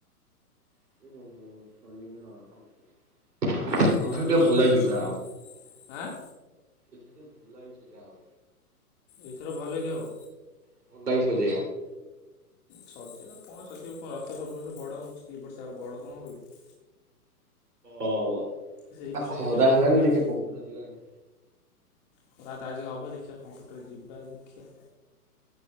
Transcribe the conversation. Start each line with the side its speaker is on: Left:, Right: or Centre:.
Right: <unintelligible> ଏଥର
Left: ହଁ ଏଠି
Right: ଟିକେ
Left: ଜୋରରେ
Right: ଭଲ ହେଇସ
Left: କ ଶୁଭୁନି
Right: ଯା ଆଉ
Left: ଆଁ
Right: ଏଥର ଟିକେ ଭଲ ହେଇସା ଆଉ
Left: ଏଇଥର ଭଲ କି ହବ?
Right: <unintelligible>
Left: ସଜିବା କଣ ସଜିବା କଣ ରଥ ସବୁ ବର୍ଷ ବଡ଼ ହେଉଛି କି ବର୍ଷେ ଆଉ ବଡ଼ କଣ ହଉଛି କି?
Right: ଓ ଆଉ
Left: ସେଇ ଫ୍ରେମ୍
Right: ଖରା
Left: ସେମିତି
Right: ହେଲାନି
Left: ଖାଲି
Right: ଦେଖିବା କମ୍ପୁଟର ଯିବା ଏଇନା।
Left: ଖରା ତ ଆଜି ହବ ଦେଖିବା କମ୍ପ୍ୟୁଟର ଯିବା ଦେଖିବା।